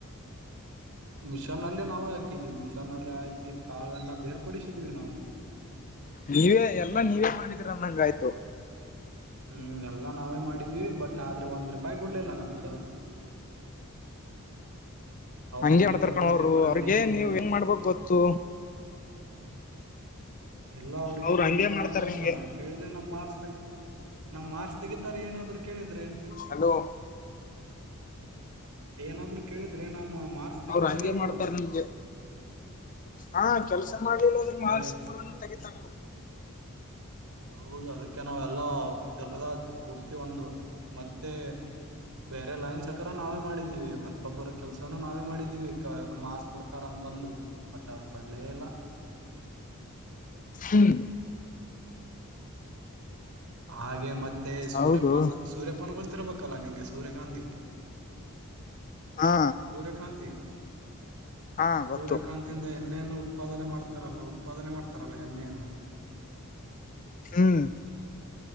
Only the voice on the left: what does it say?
ನೀವೇ ಎಲ್ಲಾ ನೀವೇ ಮಾಡಿದೀರ ಅಂದಂಗಾಯ್ತು
ಹಂಗಗೆ ಮಾಡ್ತಾರ್
ಕಣವರು
ಅವ್ರಗ
ನೀವ್ ಹೆಂಗ್ ಮಾಡ್ಬೋಕ್ ಗೊತ್ತು
ಅವ್ರು
ಹಂಗೆ
ಮಾಡ್ತಾರ
ನಿಮ್ಗೆ
ಹಲೋ
ಅವ್ರ ಹಂಗೆ
ಮಾಡ್ತಾರ ನಮ್ಗೆ ಹಾ ಕೆಲ್ಸ ಮಾಡ್ಲಿಲ್ಲ ಆದ್ರೆ
ಮಾರ್ಕ್ಸ್ ಕೂಡ <unintelligible>
ಹ್ಮ್
ಹೌದು
ಹಾ
ಹಾ
ಗೊತ್ತು
ಹ್ಮ್